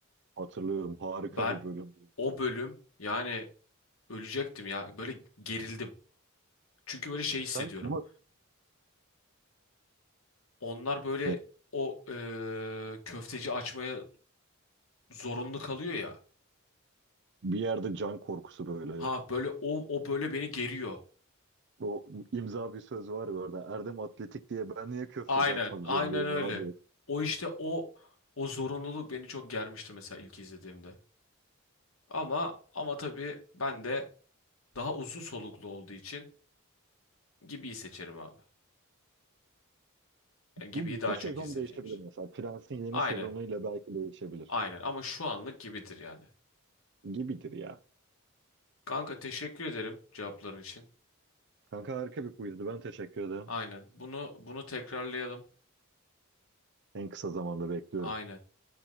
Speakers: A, on the right; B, on the left.
A: Hatırlıyorum. Harika
B: Ben
A: bir bölüm.
B: o bölüm yani ölecektim ya. Böyle gerildim. Çünkü böyle şey hissediyorum.
A: Sen ama
B: Onlar böyle
A: ne-
B: o e, köfteci açmaya zorunlu kalıyor ya.
A: bir yerde can korkusu böyle.
B: Ha böyle o o böyle beni geriyor.
A: O imza bir söz var ya orada. Erdem Atletik diye ben niye köfteci
B: Aynen,
A: açmak
B: aynen
A: zorundayım
B: öyle.
A: abi?
B: O işte o o zorunluluk beni çok germişti mesela ilk izlediğimde. Ama ama tabii ben de daha uzun soluklu olduğu için Gibi'yi seçerim abi. Yani Gibi'yi
A: Bu,
B: daha
A: bu sezon
B: çok izlediğim
A: değişebilir
B: için.
A: mesela. Prens'in yeni
B: Aynen.
A: sezonuyla belki değişebilir.
B: Aynen ama şu anlık Gibi'dir yani.
A: Gibidir ya.
B: Kanka teşekkür ederim cevapların için.
A: Kanka harika bir quizdi. Ben teşekkür ederim.
B: Aynen. Bunu bunu tekrarlayalım.
A: En kısa zamanda bekliyorum.
B: Aynen.